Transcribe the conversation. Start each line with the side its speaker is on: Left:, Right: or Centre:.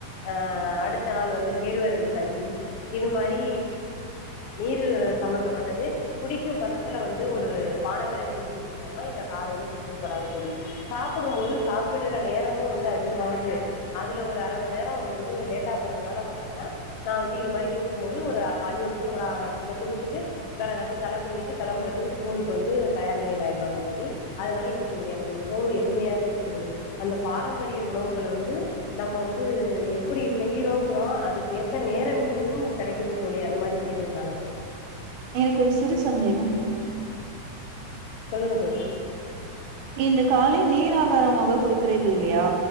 Left: ஆஹ் அடுத்த நாள் வந்து கேள்வரகு கஞ்சி இது மாரி நீரு சம்மந்தபட்டது குடிக்கும் பதத்துல வந்து ஒரு பானங் கள ரெடி பண்ணி குடுத்தோம்னா காலில குடுச்சுட்டு போறாங்க தோழி சாப்புடும்போது சாப்டுற நேரமு வந்து அதிகமாது அதுல ஒரு அர மன் நேரம் வந்து லேட்டா போறதுனால பாத்திங்கனா நா வந்து இது மாரி குடுக்கும்போது ஒரு அஞ்சு நிம்ஸொ கூட ஆகாது இது குடிச்சுட்டு கடகடனு தல பிண்ணிட்டு கெளம்றது ஸ்கூல்கு வந்து தயார் நிலைல ஆயிர்வாங்க தோழி அதனால இதுக்கு எனக்கு மிகவு எளிமையாக இருக்கிறது அந்த பாரம்பரிய உணவுகள வந்து நம்ம வந்து எப்படி செய்யறோங்றோ அதுக்கு ஏத்த நேரமின்மையும் கிடைக்குது தோழி அது மாரி செய்றதுனால
Right: எனக்கு ஒரு சிறு சந்தேகம்
Left: சொல்லுங்க தோழி
Right: இந்த காலை நீர் ஆகாரமாக கொடுக்றீர்கள் இல்லயா